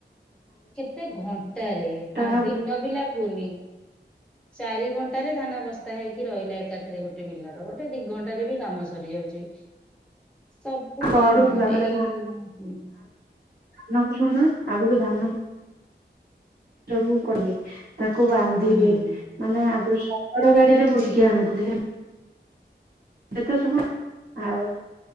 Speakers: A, in the centre; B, on the right.
A: କେତେ ଘଣ୍ଟାରେ
B: ହବ
A: ଦିନ ବି ଲାଗୁନି ଚାରି ଘଣ୍ଟାରେ ଧାନ ବସ୍ତା ହେଇକି ରହିଲା ଏକାଥ ରେ ଗୋଟେ ପିଲାର ଗୋଟେ ଦି ଘଣ୍ଟାରେ ବି କାମ ସରିଯାଉଚି। ସବୁ
B: ପଡୁଥିଲା
A: କାମ
B: ମାନେ
A: ଏଇ
B: ଧାନ କୁ ଶୁଣିଲୁଣି ଆଗରୁ ଧାନ କୁ ସବୁ କଲେ ତାକୁ ବାନ୍ଧିବେ
A: ହୁଁ
B: ମାନେ ଆଗରୁ ଶଗଡ ଗାଡିରେ ବୋହିକି ଆଣୁଥିଲେ? ଏବେ ତ ସବୁ ଆଉ